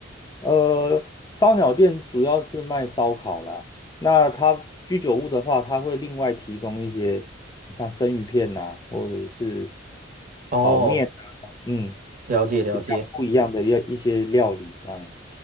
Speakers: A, on the left (about 20°); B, on the right (about 40°).
A: 呃，烧鸟店主要是卖烧烤啦。那它居酒屋的话，它会另外提供一些像生鱼片呐、或者是
B: 哦，
A: 炒面啊，嗯，
B: 了解了解。
A: 比较不一样的料一些料理这样。